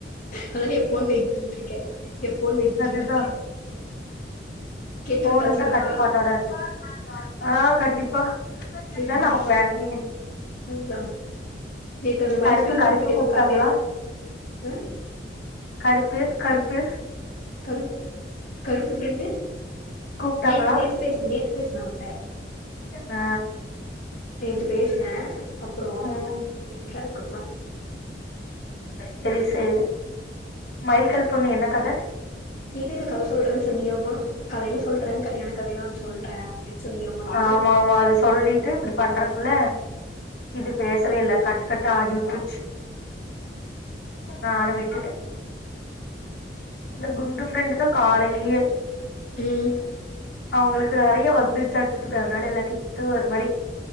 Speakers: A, on the left; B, on the left.
A: அதனால எப்போனு வெயிட் பண்ணிட்டு இருக்கேன் எப்போன்னு வெயிட் பண்ணிட்டு
B: அதுதா
A: இருக்கேன் கேட்டோன
B: போனுந்தா
A: தர சொல்லுவியா
B: கட்டுப்பாட்டோட இருக்கு ஆ கண்டிப்பா
A: சேரிடி
B: அதான பிளானே நீ
A: அதுதா நேத்து அந்த மைல்கல்
B: கருப்பு
A: பொண்ணுகிட்ட
B: கருப்பு கூப்ட்டாங்களா
A: ஏதோ கதையெல்லா ஆ
B: கருப்பு கருப்பு
A: கருப்பு கருப்பு ஃப்ரெண்டு
B: கூப்ட்டாங்களா
A: நேத்து நேத்து பேசு நேத்து பேசுனேன் அவள்ட்ட
B: ஆ
A: நேத்து பேசினே அப்புறம்
B: ம்
A: பேஸ்லா அதுக்கப் <unintelligible>
B: செரி செர்ரி மைக்கல் பொண்ணு என்ன கத
A: நீ தான் ஏதோ கதை சொல்றேன்னு சொன்னியமா கதையில சொல்றே கல்யாண கதையில வந்து சொல்றே அப்டின்னு சொன்னியாமா நேத்து
B: ஆமா ஆமா அது சொல்லிட்டு இப்படி பண்ற புள்ள இது பேசவே இல்ல கட் கட் தாகி உற்றுச் நானும் விட்டுட்ட இந்த குண்டு ஃரெண்ட்தான் காலையிலையே
A: ம்
B: அவங்களுக்கு நிறைய வந்துருச்சாட் ருக்கு அதனால எல்லாத்தையும் போட்டு ஒரு மாதிரி